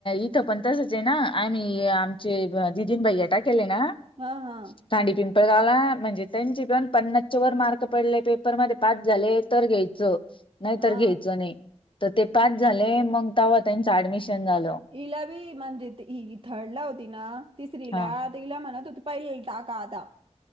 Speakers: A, on the left; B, on the right.
A: इथं पण तसंच ए ना... आम्ही... आमचे दीदी अन भैया टाकेल है ना
B: हा हा.
A: खांडी पिंपळ गावला... म्हणजे त्यांचे पन पन्नासच्या वर मार्क पडले... पेपरमध्ये पास झाले तर घ्यायचं. नाही
B: हा
A: तर घ्यायचं नई... तर ते पास झाले मग तव्हा त्यांचं ऍडमिशन झालं.
B: ईला बी म्हणजे हि थर्डला होती ना... तिसरी
A: हा
B: ला तिला म्हणत होते, पहिलीला टाका आता.